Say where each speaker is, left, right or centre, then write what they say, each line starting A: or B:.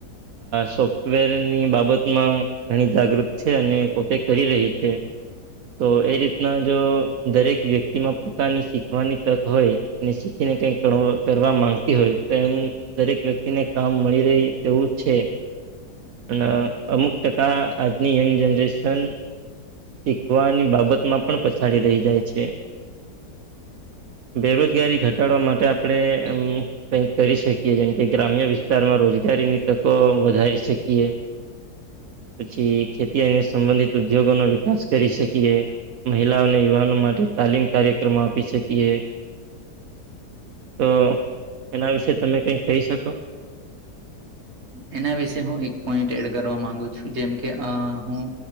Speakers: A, on the right; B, on the right.
A: સોફ્ટવેર ની બાબતમાં ઘણી જાગૃત છે, અને પોતે કરી રહી છે. તો એ રીતના જો દરેક વ્યક્તિમાં પોતાની શીખવાની તક હોય શીખ ક કરવા માંગતી હોય તો એમ દરેક વ્યક્તિ ને કામ મળી રહી તેવું છે. અને અમુક ટકા આજની યંગ જનરેશન શીખવાની બાબતમાં પણ પછાડી રહી જાય છે. બેરોજગારી ઘટાડવા માટે આપણે એમ કઈક કરી શકીએ જેમ કે ગ્રામ્ય વિસ્તારમાં રોજ રોજગારીની તકો વધારી શકીએ. પછી ખેતી સંબંધિત ઉદ્યોગો ન <unintelligible> કરી શકીએ મહિલાઓ અને યુવાનો માટે તાલીમ કાર્યક્રમો આપી શકીએ તો એના વિશે તમે કઈ કહી શકો?
B: એના વિશે હું એક પોઈન્ટ એડ કરવા માંગુ છું. જેમ‌ કે, અહ્ હું